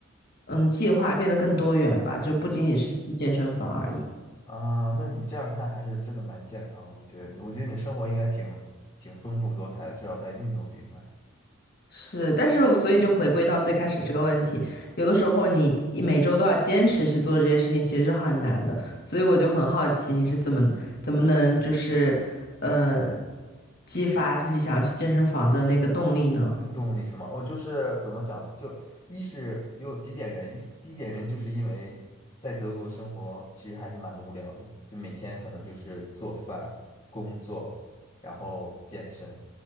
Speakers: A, on the left; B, on the left.
A: 嗯，计划变得更多元吧，就不仅仅是去健身房而已。
B: 啊，那你这样看还是真的蛮健康的，我觉得，我觉得你生活应该挺挺丰富多彩的，至少在运动这一块。
A: 是，但是我所以就回归到最开始这个问题，有的时候你每周都要坚持去做这些事情，其实是很难的。所以我就很好奇，你是怎么怎么能就是，呃，激发自己想要去健身房的那个动力呢？
B: 那个动力是吗？我就是怎么讲呢？就一是有几点原因，一第一点原因就是因为在德国生活其实还是蛮无聊的，就每天可能就是做饭、工作，然后健身，